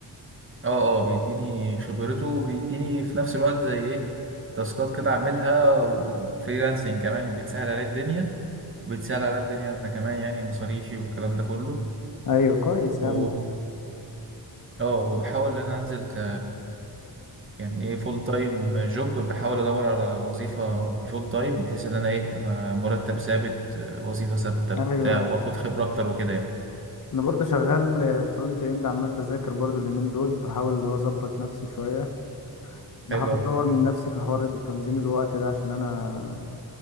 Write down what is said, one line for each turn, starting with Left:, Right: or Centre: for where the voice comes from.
Right: اه اه بيديني خبرته وبيديني في نفس الوقت زي ايه تاسكات كده اعملها وفريلانسنج كمان بتسهل عليه الدنيا بتسهل على الدنيا انا كمان يعني مصاريفي والكلام ده كله
Left: ايوه كويس يا
Right: و
Left: عم
Right: اه وبحاول ان انا انزل ك يعني ايه فول تايم جوب بحاول ادور على وظيفة كفول تايم بحيث ان انا ايه ابقى مرتب ثابت آه، وظيفة ثابتة بتاع
Left: ايوه أيوة.
Right: واخد خبرة اكتر وكده يعني
Left: انا برضو شغال فرونت اند عمال بذاكر برضو اليومين دول بحاول اللي هو اظبط نفسي شويه بحاول
Right: حلو
Left: اطور
Right: اوي
Left: من نفسي في حوار تنظيم الوقت ده عشان انا